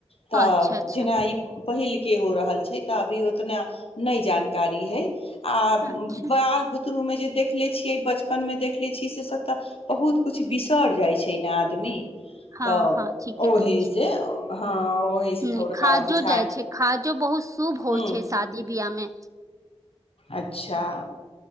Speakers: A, on the left; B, on the right.
A: तऽ
B: अच्छा अच्छा
A: जेना ई पहिल के हो रहल छै तऽ अभी ओतना नहि जानकारी है आ बाल
B: अच्छा
A: बुत ुु में जे देखले छियै बचपन में देखले छियै से सब तऽ बहुत कुछ बिसर जाइ छै ने आदमी
B: हँ
A: पत्म तऽ
B: हँ ठीके
A: ओही
B: कहै छी
A: से हँ ओहि से
B: नहि
A: थोड़का
B: खाजो
A: बुझाय
B: जाइ छै खाजो बहुत शुभ होइ
A: ह
B: छै शादी बियाहमे
A: अच्छा